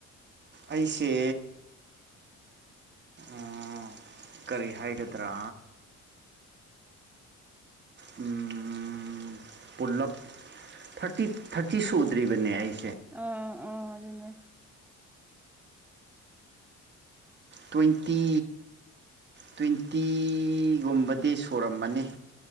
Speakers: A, on the right; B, in the centre.
A: ꯑꯩꯁꯦ ꯑꯥ ꯀꯔꯤ ꯍꯥꯏꯒꯗ꯭ꯔꯥ ꯎꯝ ꯄꯨꯂꯞ ꯊꯥꯔꯇꯤ ꯊꯥꯔꯇꯤ ꯁꯨꯗ꯭ꯔꯤꯕꯅꯦ ꯑꯩ
B: ꯑꯣ ꯑꯣ ꯑꯗꯨꯅꯦ
A: ꯇ꯭ꯋꯦꯟꯇꯤ ꯇ꯭ꯋꯦꯟꯇꯤꯒꯨꯝꯕꯗꯤ ꯁꯨꯔꯝꯃꯅꯤ